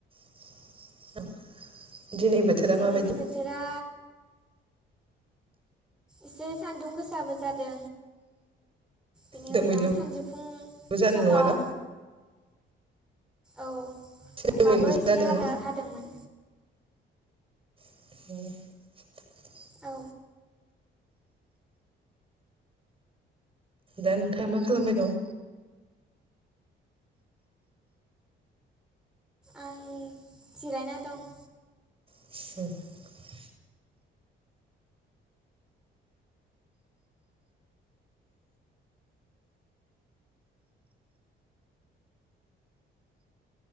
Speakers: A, on the right; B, in the centre.
A: <unintelligible> दिनै बोथोरा
B: दिनैनि
A: माबायदि?
B: बोथोरा एसे सान्दुं गोसाबो जादों बिनि
A: दोमैलुबो
B: उनाव सानजौफुं
A: जादों
B: समाव
A: नङाना
B: औ
A: दोमैलुबो
B: अखाबो एसे
A: जादों
B: हाना
A: न
B: हादोंमोन
A: <unintelligible>
B: औ
A: दा नोंथाङा मा खालामबाय दं।
B: आं जिरायना दं।
A: <unintelligible>